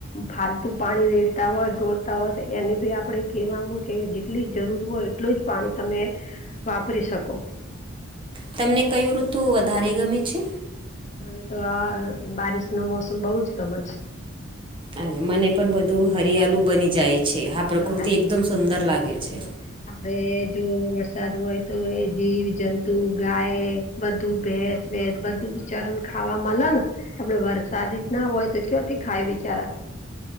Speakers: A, on the left; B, on the right.
A: ફાલતુ પાણી રેડતા હોય ડોળતા હોય તો એને બી આપડે કેહેવાનું કે જેટલી જરૂર હોય એટલું જ પાણી તમે વાપરી શકો.
B: તમને કયું ઋતુ વધારે ગમે છે?
A: મને તો આ બારિશ નો મોસમ બઉજ ગમે છે.
B: અરે મને પણ બધું હરિયાળું બની જાય છે આ પ્રકૃતિ
A: હા
B: એકદમ સુંદર લાગે છે.
A: હા આપડે જો વરસાદ હોય તો એ જીવ જંતુ ગાય બધું ભેસ વેસ બધું બીચાર ખાવા મલને આપડે વર સાદ જ ના હોય તો કયોથી ખાય બિચારા